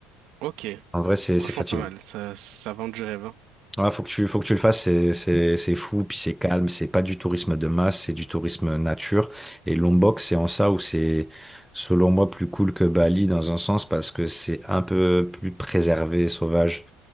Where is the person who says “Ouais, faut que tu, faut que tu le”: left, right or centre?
Centre